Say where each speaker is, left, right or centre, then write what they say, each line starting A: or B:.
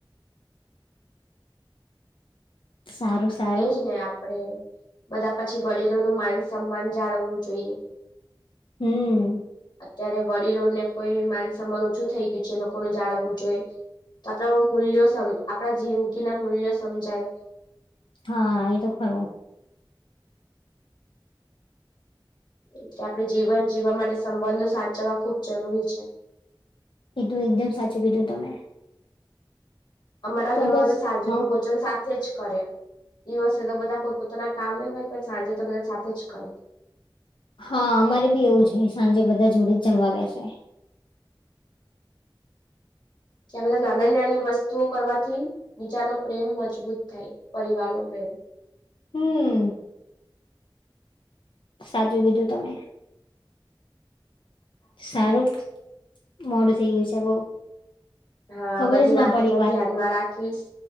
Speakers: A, on the left; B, on the left.
A: સારું સારું
B: એજ ને આપડે બધા પછી વડીલોનું માન સન્માન જાળવવું જોઈએ
A: હમ્મ
B: અત્યારે વડીલોને કોઈ માન સમ્માન ઓછું થઈ ગયું છે એ લોકોને જાળવવું જોઈએ તો આપણા મૂલ્યો સમ આપણા જિંદગીના મૂલ્યો સમજાય
A: હાં એ તો ખરુ
B: એટલે આપડે જીવન જીવવા માટે સંબંધો સાચવવા ખુબ જરૂરી છે
A: એ તો એકદમ સાચું કીધું તમે
B: અમારા
A: તો
B: ઘરમાં
A: બસ
B: બધા સાંજનું
A: હા
B: ભોજન સા થે જ કરે દિવસે તો બધા પોત પોતાના કામે હોય પણ સાંજે તો બધા સાથે જ કરે
A: હાં અમારે બી એવું જ હોય સાંજે બધા જોડે જ જમવા બેસે
B: ત્યાં બધા નાના નાની વસ્તુઓ કરવાથી બીજાનો પ્રેમ મજબૂત થાય પરિવારનો પ્રેમ
A: હમ્મ સાચું કીધું તમે સારું મોડું થઇ ગયું છે બઉ
B: હા
A: ખબર
B: બધી
A: જ ના
B: વાતો
A: પડી
B: મે
A: વાત
B: ધ્યાનમાં રાખીશ